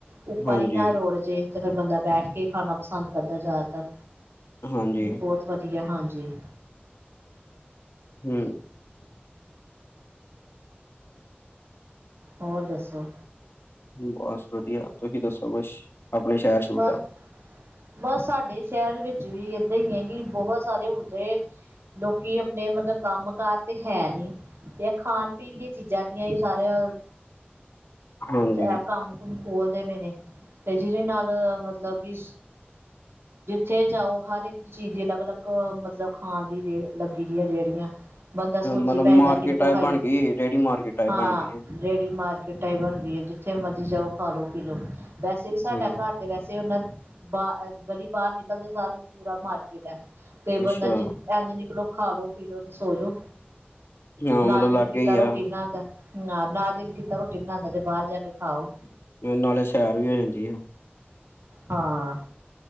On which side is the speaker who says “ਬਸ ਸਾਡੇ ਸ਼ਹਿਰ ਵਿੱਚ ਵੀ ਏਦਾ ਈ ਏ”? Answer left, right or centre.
Right